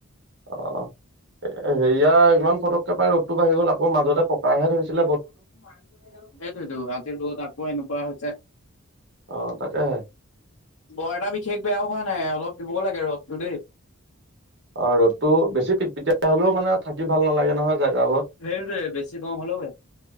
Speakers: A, on the right; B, on the left.
A: অ'। এ হেয়া ইমান ফটককে পাই ৰ'দতটো বাঢ়ি গ'ল আকৌ মাজতে পকাহে ধৰিছিল
B: সেইটোয়ো আজি ৰ'ত আকৌ এনেকুৱা হৈছে।
A: অ তাকেহে
B: বৰ এটা বিশেষ বেয়াও হোৱা নাই অলপ দিব লাগে ৰ'দটো দেই।
A: অ', ৰ'দটো বেছি পিত পিতিয়া হ'লেও মানে থাকি ভাল নালাগে নহয়। জেগাবোৰত
B: সেইটোৱেই বেছি গৰম হ'লেও বেয়া।